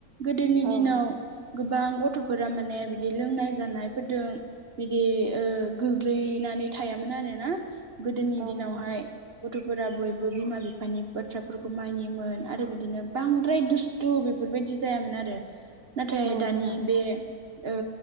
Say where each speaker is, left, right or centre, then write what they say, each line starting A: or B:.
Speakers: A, on the right (about 45°); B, on the right (about 75°).
A: गोदोनि
B: औ
A: दिनाव
B: नोंथां
A: गोबां गथ' फोरा माने बिदि लोंनाय जानायफोरदों बिदिओ गोग्लैनानै थायामोन आरोना गोदोनि
B: औ
A: दिनावहाय
B: नोंथां
A: गथफोरा बयबो बिमा बिफानि बाथ्राफोरखौ मानियोमोन आरो बिदिनो बांद्राय दुस्थु बेफोरबायदि जायामोन आरो नाथाय
B: औ
A: दानि
B: नोंथां
A: बे ओ